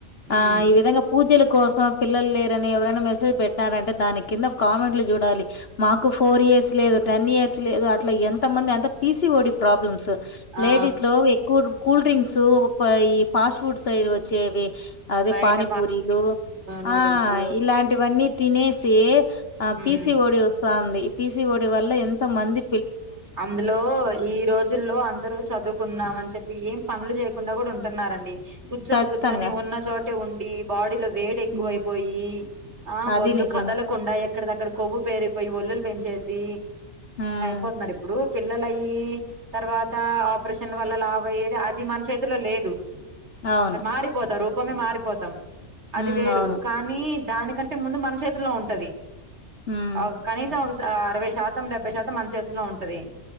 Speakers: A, on the left; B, on the right.
A: ఆ
B: ఉమ్
A: ఈ విధంగా పూజలకు కోసం పిల్లలు లేరని ఎవరన్న మెసేజ్ పెట్టినారంటే దాని కింద కామెంట్లు చూడాలి మాకు ఫోర్ ఇయర్స్ లేదు టెన్ ఇయర్స్ లేదు అట్ల ఎంత మంది ఎంత P C O D problems
B: ఆ
A: లేడీస్ లో ఎక్కువ కూల్ డ్రింక్స్ ఈ పాస్ట్ ఫుడ్ సైడ్ వచ్చేవి అదే
B: బయట
A: పానీపూరీలు
B: నూడిల్స్
A: ఆ ఇలాంటివన్నీ తినేసి ఆ P
B: um
A: C O D వస్తంది పి సి ఓ డి వల్ల ఎంత మంది
B: అందులో ఈ రోజుల్లో అందరు చదువుకున్నామని చెప్పి ఏం పనులు చేయ కుండా కూడా ఉంటున్నారండి కూర్చొని
A: ఖచ్చితంగా.
B: కూర్చొని ఉన్న చోటే ఉండి బాడీలో వేడి ఎక్కువైపోయి
A: హ్మ్.
B: ఆ
A: అది
B: ఒళ్లు
A: నిజమే.
B: కదలకుండా ఎక్కడిదక్కడ కొవ్వు పేరిపోయి ఒల్లులు పెంచేసి సీ
A: ఆ
B: పోతున్నారు ఇప్పుడు పిల్లలు అయ్యి తర్వాత ఆపరేషన్ల వల్ల లావు అయ్యేది అది మన చేతిలో లేదు
A: అవును.
B: అది మారిపోతారు కొన్ని మారిపోతాం అది
A: హ్మ్.
B: వేరు
A: అవును.
B: కానీ దానికంటే ముందు మన చేతిలో ఉంటది
A: హ్మ్.
B: అ కనీసం అరవై శాతం డెబై శాతం మన చేత్ తిలో ఉంటది